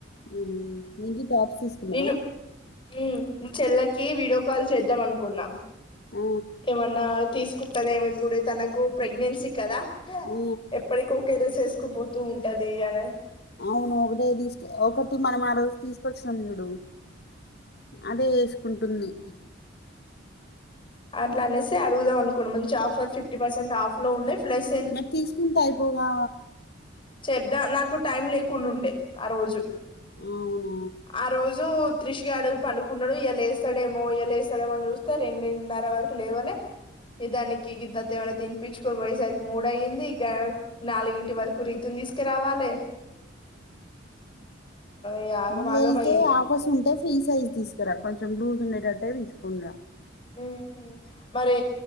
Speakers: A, on the left (about 55°); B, on the left (about 25°).
A: ఇ ఏంటి టాప్స్ తీసుకున్నావా
B: నేను మీ చెల్లకి వీడియో కాల్ చేద్దాం అనుకున్నాం
A: ఆ!
B: ఏమనా తీసుకుంటదేమి ఇప్పుడు తనకు ప్రెగ్నెన్సీ కదా
A: ఆ!
B: ఎప్పుడే కోక ర శేష తీసుకుపోతూ ఉంటది అని
A: అవును ఒకటే తీసు ఒకటి మనం ఆ రోజు తీసుకొచ్చ షండు అదే చేసుకుంటుంది
B: అట్లా అనేసి అడుగుదాం అనుకోండి మంచి ఆఫర్ ఫిఫ్టీ పర్సెంట్ ఆఫ్ లో ఉన్నాయి ప్లస్
A: మరి తీసుకుంటా అయిపోగా
B: చెబదా నాకు టైం లేకుండా ఉండే ఆ రోజు
A: అవునా?
B: ఆ రోజు తిష్గాడు పండుకున్నాడు ఇలా వేస్తాడేమో ఇలా వేస్తాడేమో అని చూస్తే రెండున్నర వరకు లేవలే దానికి గ ఏమైనా తినిపించుకొని పోయేసరికి మూడ అయ్యింది ఇ నాలుగుంటి వరకు తంగిస్కి రావాల ఇగ ఆగమాగం
A: మళ్ళీ వెళ్తే
B: అయ్యింది
A: ఆపస్ ఉంటే ఫీ సైజ తీసుకురా కొంచెం లూజ్ ఉనేటట్టటు తీసుకురా
B: ఉ మరి